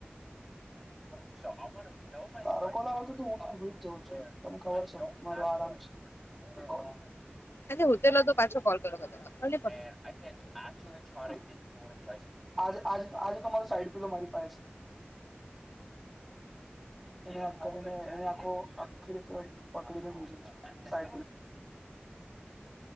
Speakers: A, in the centre; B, on the left.
A: સ્ાવ. ધારોકો લાગો તો તો હું હોઈ જ જાઉં છું તને ખબર છે મારો આરામ છે. હ <unintelligible>
B: અને હું તો તો પાછો કોલ કર.
A: આ ચસ ચસ. આજ આજે તો મારો સાઈડ પિલો મારી પાસે છે. એ આખો આખી રીતે પકડીને હું જઈશ સા.